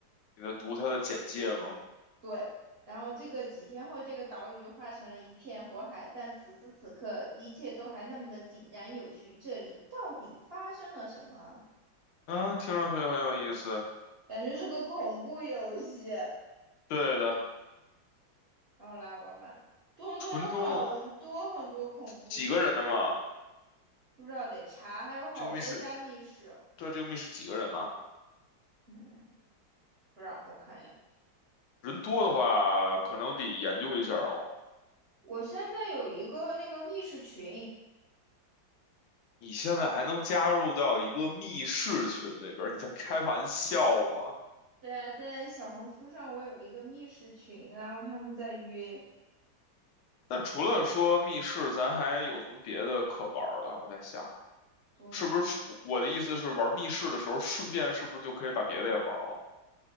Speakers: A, on the left; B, on the right.
A: 你在读它的简介吗？
B: 对。然后这个几天后，这个岛屿就化成了一片火海，但此时此刻，一切都还那么的井然有序。这里到底发生了什么？
A: 啊，听上去很有意思。
B: 感觉是个恐怖游戏，
A: 对的，
B: 然后来玩嘛。多伦多有很多很多恐怖椅，
A: 纯中文，几个人的嘛？
B: 不知道得查，还有好多家密室。
A: 这个密室，对，这个密室几个人嘛？
B: 嗯，不知道我看一眼。
A: 人多的话，
B: 叫
A: 可能得研究一下哦。
B: 我现在有一个那个密室群，
A: 你现在还能加入到一个密室群里边儿，你在开玩笑吗？
B: 对啊，在小红书上我有一个密室群，然后他们在约
A: 那除了说密室，咱还有什么别的可玩儿的？我在想，
B: 多伦多吗？
A: 是不是我的意思是，玩密室的时候，顺便是不是就可以把别的也玩儿了？